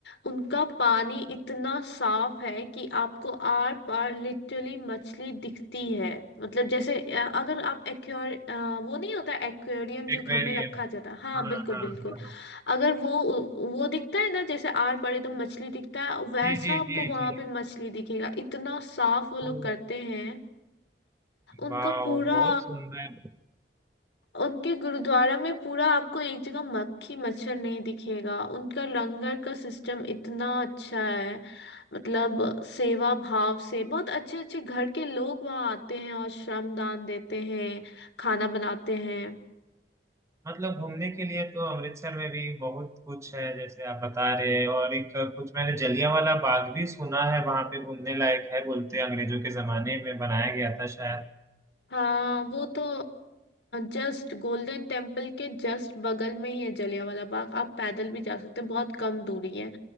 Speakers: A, on the left; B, on the right.
A: उनका पानी इतना साफ है कि आपको आर पार लिटरली मछली दिखती है मतलब जैसे अ, अगर आप एक्वेर वो नहीं होता एक्वेरियम
B: एक्वेरियम
A: जो घर में रखा जाता है हाँ
B: हाँ
A: बिल्कुल
B: हाँ
A: बिल्कुल
B: हाँ हाँ।
A: अगर वो वो दिखता है ना जैसे आर पार एकदम मछली दिखता है वैसा
B: जी जी
A: आपको
B: जी
A: वहां
B: जी
A: पे मछली दिखेगा इतना साफ वो लोग
B: ओ,
A: करते हैं उनका
B: वाह
A: पूरा
B: वाह बहुत सुंदर
A: उनके गुरुद्वारा में पूरा आपको एक जगह मक्खी मच्छर नहीं दिखेगा उनका लंगर का सिस्टम इतना अच्छा है मतलब सेवा भाव से बहुत अच्छे अच्छे घर के लोग वहाँ आते हैं और श्रम दान देते हैं खाना बनाते हैं
B: मतलब घूमने के लिए तो अमृतसर में भी बहुत कुछ है जैसे आप बता रहे हैं और एक कुछ मैंने जलियांवाला बाग भी सुना है वहां पे घूमने लायक है बोलते हैं अंग्रेजों के जमाने में बनाया गया था शायद
A: हाँ वो तो जस्ट गोल्डन टेम्पल के जस्ट बगल में ही है जलियांवाला बाग आप पैदल भी जा सकते हैं बहुत कम दूरी है